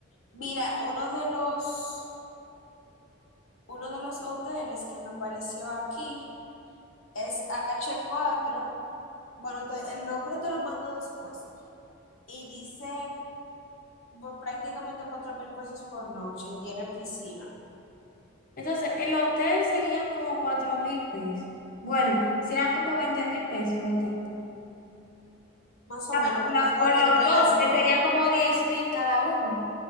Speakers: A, on the left; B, on the left.
A: Mira, uno de los, uno de los hoteles que me apareció aquí es h cuatro Bueno, te- el nombre te lo mando después. Y dice bu- prácticamente cuatro mil pesos por noche y tiene piscina.
B: Entonces, el hotel serían como cuatro mil pesos. Bueno, serán como veinte mil pesos el hotel.
A: Más o
B: Ah,
A: menos,
B: Por,
A: porque
B: la-
A: tú sabes
B: por
A: que
B: los
A: entre
B: dos,
A: las
B: que
A: dos.
B: sería como diez mil cada uno.